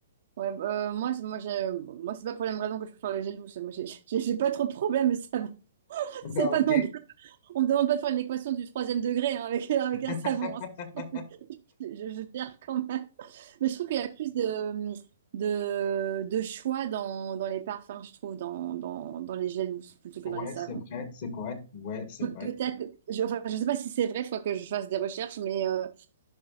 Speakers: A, on the right; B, on the left.
A: Ouais, euh, moi c'est- moi j'ai moi c'est pas pour les mêmes raisons que je préfère le gel douche. Moi j'ai j'ai- j'ai pas trop de problème le savon. <laughs>
B: Donc,
A: C'est
B: ah,
A: pas
B: ok.
A: non plus. On me demande pas de faire une équation du troisième degré hein, avec avec un
B: <laughs>
A: savon. hein. <laughs> Je, je gère quand même. Mais je trouve qu'il y a plus de, de, de choix dans, dans les parfums, je trouve, dans, dans, dans les gels douces plutôt que
B: Ouais,
A: dans les savons.
B: c'est vrai, c'est correct. Ouais, c'est
A: Pe-
B: vrai.
A: peut-être, je, enfin, je sais pas si c'est vrai, il faut que je fasse des recherches, mais euh,